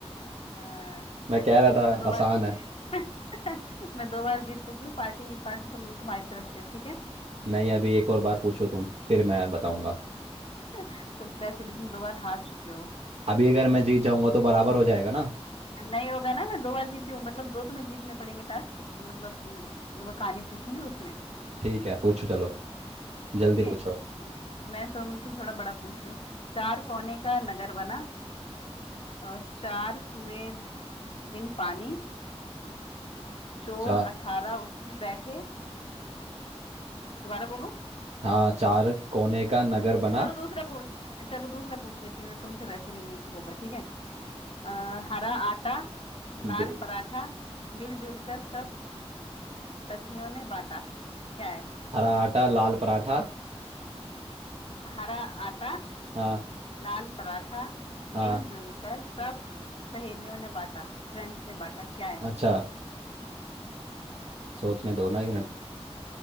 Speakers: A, on the left (about 55°); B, on the right (about 75°).
A: हाँ
B: मैं कह
A: ठीक
B: रहा था
A: है मैं दो बार
B: आसान
A: जीत
B: है
A: गई <laughs> मैं दो बार जीत चुकी हूँ पार्टी पार्टी तुम तुम्हारी तरफ से ठीक है
B: नहीं अभी एक और बार पूछो तुम फिर मैं बताऊंगा
A: <laughs> तो वैसे भी तुम दो बार हार चुके हो
B: अभी अगर मैं जीत जाऊंगा
A: तो
B: तो बराबर हो जाएगा ना
A: नहीं होगा ना मैं दो बार जीती हूँ मतलब दो तुम्हें जीतने पड़ेंगे टास्क मतलब जो मैं कहानी पूछूंगी उसमें
B: ठीक है पूछो चलो
A: ओके
B: जल्दी
A: हम्म,
B: पूछो
A: मैं तुम तो थोड़ा बड़ा पूछती हूँ चार कोने का नगर बना और चार कुएं बिन पानी चोर
B: चार
A: अठारह उसमें बैठे दोबारा बोलूं
B: हाँ चार कोने का नगर बना
A: चलो दूसरा पूछ चलो दूसरा पूछ लेती हूँ तुमसे वैसे भी नहीं होगा ठीक है आ, हरा आटा
B: बे-
A: लाल पराठा मिलजुल कर सब सखियों ने बांटा क्या है
B: हरा आटा लाल पराठा
A: हरा आटा
B: हाँ
A: लाल पराठा
B: हाँ
A: मिलजुल कर सब सहेलियों ने बांटा फ्रेंड्स ने बांटा क्या है
B: अच्छा सोचने दो ना एक मिनट